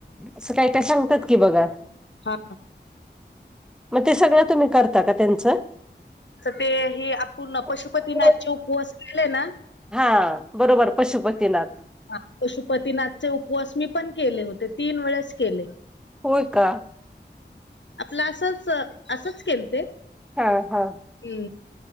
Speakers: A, in the centre; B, on the left.
A: अस काहीत सांग बघा
B: हा
A: मग ते सगळं तुम्ही करता, का त्यांचं.
B: ते आपूर्ण
A: त्यांचं
B: पशुपतीनाथचा उपवास केलेय ना
A: हा, बरोबर पशुपतीनाथ.
B: ह पशुपतीनाथचे उपवास मी पण केले होते, तीन वेळेस केले
A: होय, का
B: आपलं असच, असंच खलते.
A: हा, हा
B: हम्